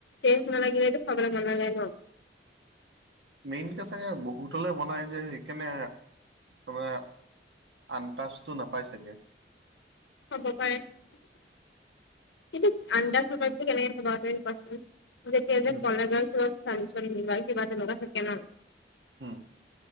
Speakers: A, on the left (about 80°); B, on the right (about 75°).
A: টেষ্ট নালাগিলেটো খাবলৈ মন নাযায় ন?
B: মেইনকে চাগে বহুতলে বনাই যে সেইকাৰণে <unintelligible> আন্তাজটো নাপাই চাগে।
A: হ'ব পাৰে। কিন্তু <unintelligible> কোৱাচোন। যেতিয়া যে কলেজত কিবা ফানচন,
B: উম
A: নি কিবা তেনেকুৱা থাকে ন।
B: হম,